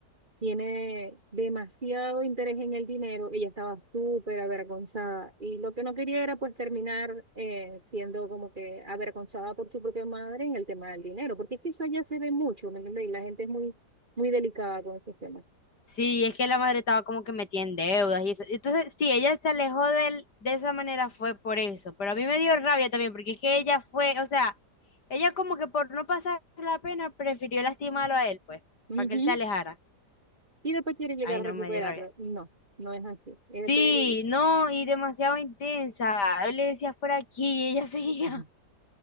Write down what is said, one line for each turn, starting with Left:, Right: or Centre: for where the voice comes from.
Right: tiene demasiado interés en el dinero, ella estaba súper avergonzada y lo que no quería era pues terminar eh, siendo como que avergonzada por su propia madre en el tema del dinero, porque es que eso allá se ve mucho, ¿me entiendes? Y la gente es muy, muy delicada con esos temas.
Left: Sí, es que la madre estaba como que metida en deudas y eso. Entonces, sí, ella se alejó de él de esa manera fue por eso, pero a mí me dio rabia también porque es que ella fue, o sea, ella como que por no pasar la pena prefirió lastimarlo a él, pues,
Right: Ujú.
Left: para que él se alejara.
Right: Y después quiere llegar
Left: Ay,
Right: a
Left: no,
Right: recuperarlo.
Left: me dio rabia.
Right: Y no, no es así.
Left: Sí,
Right: Es después el-
Left: no, y demasiado intensa. Él le decía fuera aquí y ella <laughs> seguía.
Right: <laughs>